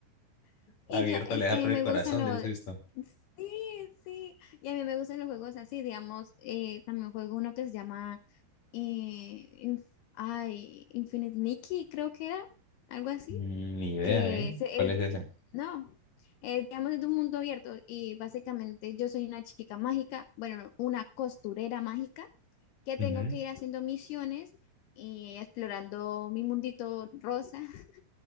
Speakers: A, on the left; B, on the left.
A: <laughs>
B: Abierto
A: Y yo, es
B: le da
A: que a
B: por
A: mí me
B: el corazón
A: gustan los...
B: del susto.
A: Sí, sí. Y a mí me gustan los juegos así, digamos, eh, también juego uno que se llama eh, Inf- ay, Infinite Nikki, creo que era, algo así
B: Mm, Ni idea,
A: que
B: ¿eh?
A: se-
B: ¿Cuál
A: es-
B: es ese?
A: no, es, digamos, es un mundo abierto y básicamente yo soy una chica mágica, bueno, no, una costurera mágica que
B: Ujú,
A: tengo que ir haciendo misiones y explorando mi mundito rosa <laughs>